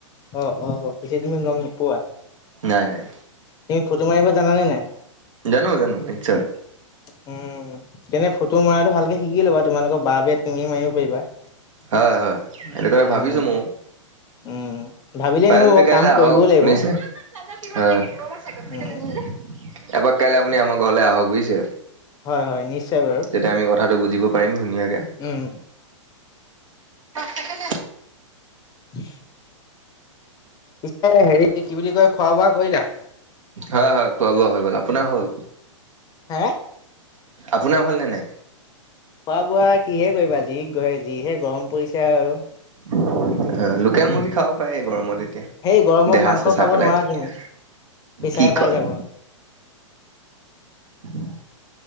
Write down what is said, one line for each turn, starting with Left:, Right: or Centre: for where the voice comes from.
Left: অ অ পিছে তুমি গম নোপোৱা
Right: নাই নাই
Left: তুমি ফটো মাৰিব জানানে নাই?
Right: জানো জানো নিশ্চয়
Left: উম তেনে ফটো মৰাটো ভালকে শিকি লবা তোমালোকৰ বা বে তুমি মাৰিব পাৰিবা <unintelligible>
Right: হয় হয় সেনেকৈ ভাবিছো
Left: উম,
Right: মৌ
Left: উম, ভাবিলে
Right: পাৰে
Left: নহ'ব
Right: যদি কাইলৈ
Left: কাম
Right: আহক
Left: কৰিবও লাগিব
Right: শুনিছে অ এবাক কাইলৈ
Left: উম,
Right: আপুনি আমাৰ ঘৰলে আহক বুজিছে
Left: হয় হয় নিশ্চয় বাৰু।
Right: তেতিয়া আমি কথাটো বুজিব পাৰিম ধুনিয়া
Left: উম।
Right: চাইকেল দে
Left: <unintelligible> পিছে হেৰি কি বুলি কয় খোৱা বোৱা কৰিলা
Right: হয় হয় খোৱা বোৱা হৈ গ'ল আপোনাৰ হ'ল
Left: হে
Right: আপোনাৰ হ'লনে নাই।
Left: খোৱা বোৱা কিহে কৰিবা আজি যি যিহে গৰম পৰিছে আৰু।
Right: অ লোকেল মুৰ্গী খাব পাৰে গৰমতে। এতিয়া
Left: সেই গৰমত
Right: দেহা
Left: মাংস
Right: চেঁচা
Left: খাব
Right: পেলাই
Left: নোৱাৰা
Right: দিয়ে
Left: তুমি প্ৰেছাৰে
Right: কি
Left: পাই
Right: কয়
Left: যাব।
Right: <unintelligible> <inaudible>